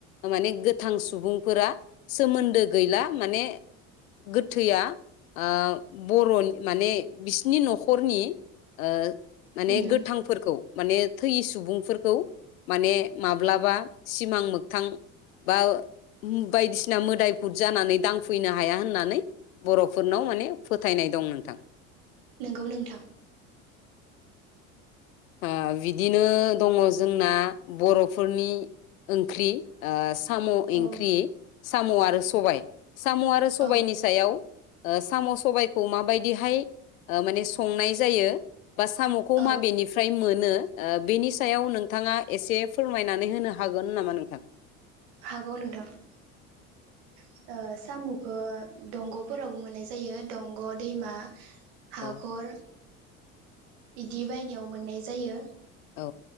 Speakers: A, on the left; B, on the right.
A: माने गोथ सुबुंफोरा सोमोन्दो गैला माने गोथैआ आ बर' माने बिसिनि न'खरनि ओ माने
B: उम
A: गोथांफोरखौ माने थैयि सुबुंफोरखौ माने माब्लाबा सिमां मोगथां बा बायदिसिना मोदायबुद जानानै दांफैनो हाया होननानै बर'फोरनाव माने फोथायनाय दं नोंथां
B: नंगौ नोंथां
A: ओ बिदिनो दङ जोंना बर'फोरनि ओंख्रि ओ साम' ओंख्रि
B: औ
A: साम' आरो सबाय साम' आरो सबायनि
B: औ
A: सायाव ओ साम' सबायखौ माबायदिहाय ओ माने संनाय जायो बा साम'खौ
B: औ
A: मा बेनि मोनो ओ बेनि सायाव नोंथाङा एसे फोरमायनानै होनो हागोन नामा नोंथां।
B: हागौ नोंथां ओ सा साम'खौ दंग'फोरावबो मोननाय जायो दंग' दैमा हाखर
A: औ
B: बिदि बायनायाव मोननाय जायो
A: औ